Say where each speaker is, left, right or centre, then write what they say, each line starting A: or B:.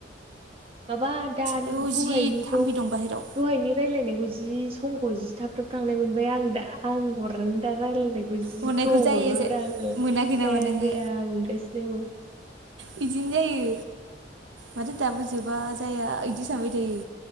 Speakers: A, on the right (about 30°); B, on the right (about 80°).
A: माबा दा
B: आयौ
A: दहायनिखौ
B: जि थाम्फै दं बाहेराव
A: दहायनि रायलायनायखौ जि समखौ जि थाब थाब थांनाय मोनबाय आं दा आं हरनानै दा रायज्लायनाय जि
B: हरनायखौ
A: गोबाव
B: जायो
A: मोनबोब्रा
B: जे
A: आङो
B: मोनाखै नामा
A: जाया
B: नोङो
A: जाया मोनगासिनो।
B: बिदिनो जायो माथो दाबो जोबा जाया बिदि सानबाय थायो।